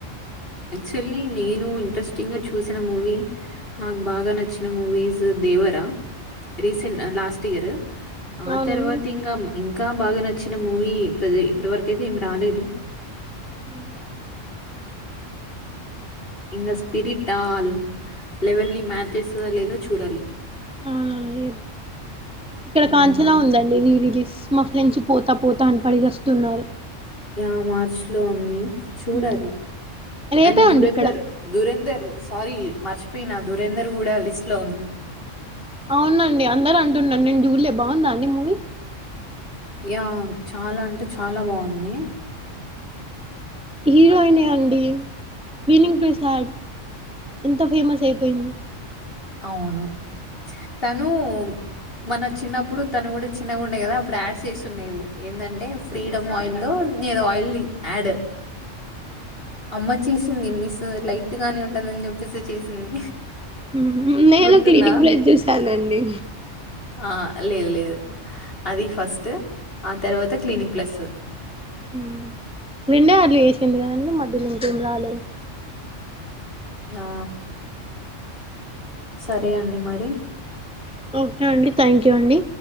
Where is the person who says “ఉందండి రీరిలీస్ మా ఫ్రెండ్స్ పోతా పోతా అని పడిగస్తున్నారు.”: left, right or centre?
Centre